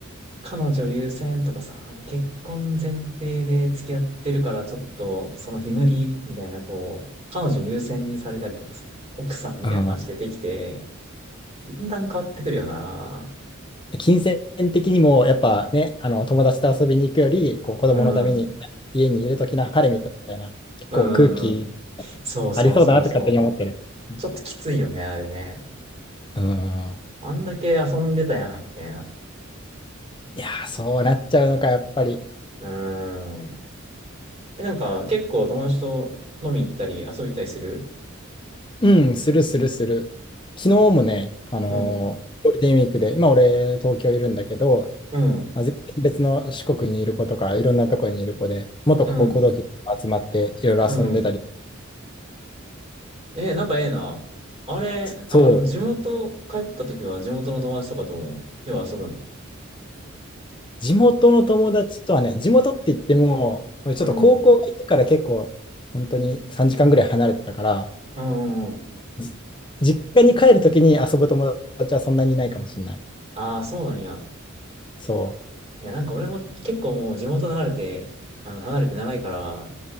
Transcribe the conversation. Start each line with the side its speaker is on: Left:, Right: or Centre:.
Right: 彼女優先とかさ、結婚前提で付き合ってるから、ちょっと、その日無理みたいな、こう、彼女優先にされたりとかさ、奥さんみたいな話出てきて、
Left: あ
Right: だんだん変わってくるよな。
Left: ー金銭的にも、やっぱね、あの友達と遊びに行くより、こう子供のために家にいるときの晴れみたいな、
Right: うん。うん
Left: 結構空気
Right: うんうん。そうそうそうそう。
Left: ありそうだなって勝手に思ってる。うん
Right: ちょっときついよね、あれね。
Left: うん
Right: あんだけ遊んでたやん、みたいな。
Left: いやー、そうなっちゃうのか、やっぱり。
Right: うーん。え、なんか、結構友達と飲み行ったり遊び行ったりする
Left: うん、するするする。昨日もね、あのーゴールデンウィークで、
Right: うん。
Left: 今俺、東京いるんだけど、
Right: うん。
Left: まあ、全然別の四国にいる子とか、いろんなところにいる子で、元高校同期と集まっていろいろ遊んでたり、
Right: うん。うん。ええ、仲ええな。あれ、
Left: そう、
Right: あの、地元帰った時は地元の友達とかと、よう遊ぶん。
Left: 地元の友達とはね、地元って言っても、俺ちょっと高校が家から結構、
Right: うん。うん
Left: 本当に3時間ぐらい離れてたから、
Right: うんうん。
Left: じ実家に帰るときに遊ぶ友達はそんなにいないかもしれない。
Right: ああ、そうなんや。
Left: そ
Right: いや、なんか俺も結構もう地元離れて、あの、離れて長いから、